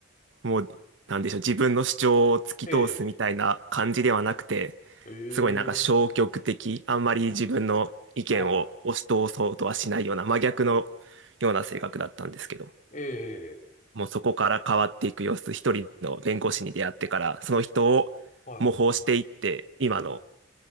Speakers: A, on the right; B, on the left.
A: もう、なんでしょう、自分の主張を突き通すみたいな感じではなくて、
B: ええ、
A: すごいなんか消極的、
B: ええ
A: あんまり自分の意見を押し通そうとはしないような真逆のような性格だったんですけど、
B: はい。ええ、
A: もうそこから変わっていく様子、一人の弁護士に出会ってから、その人を模倣していって、
B: はい。
A: 今の